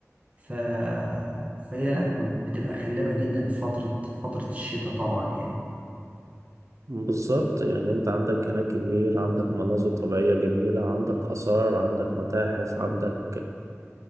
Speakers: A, on the right; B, on the right.
A: ف... فهي لا كانت بتبقى خلابة جدا في فترة فترة الشتاء طبعا يعني
B: بالظبط يعني أنت عندك هناك النيل عندك مناظر طبيعية جميلة عندك آثار عندك متاحف عندك